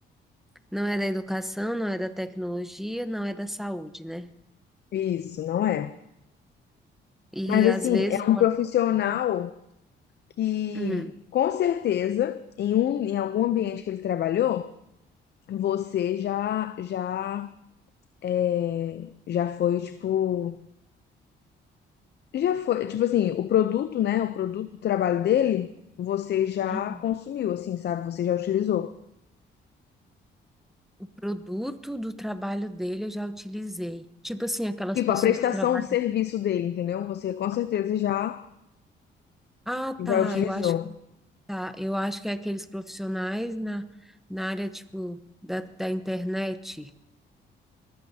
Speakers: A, in the centre; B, on the left.
A: Não é da educação, não é da tecnologia, não é da saúde, né?
B: Isso, não é.
A: E
B: Mas assim,
A: às vezes
B: é um
A: pode.
B: profissional que,
A: Hum,
B: com certeza, em um, em algum ambiente que ele trabalhou, você já, já, é, já foi, tipo, já foi, tipo assim, o produto, né, o produto do trabalho dele, você já
A: uhum.
B: consumiu, assim, sabe? Você já utilizou.
A: O produto do trabalho dele eu já utilizei. Tipo assim, aquelas
B: Tipo,
A: pessoas
B: a prestação
A: que trabalham.
B: de serviço dele, entendeu? Você com certeza já
A: Ah, tá.
B: Já utilizou?
A: Eu acho que tá. Eu acho que é aqueles profissionais na, na área, tipo, da, da internet.